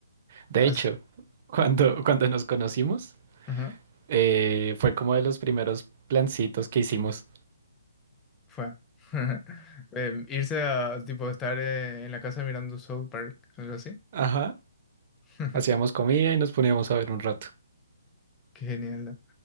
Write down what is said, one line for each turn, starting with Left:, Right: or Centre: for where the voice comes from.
Right: De
Left: As-
Right: hecho, <laughs> cuando, cuando nos conocimos,
Left: ajá,
Right: eh, fue como de los primeros plancitos que hicimos.
Left: fue. <laughs> Em, irse a, tipo, estar eh, en la casa mirando Soul Park, algo así.
Right: Ajá.
Left: <laughs>
Right: Hacíamos comida y nos poníamos a ver un rato.
Left: Qué genial.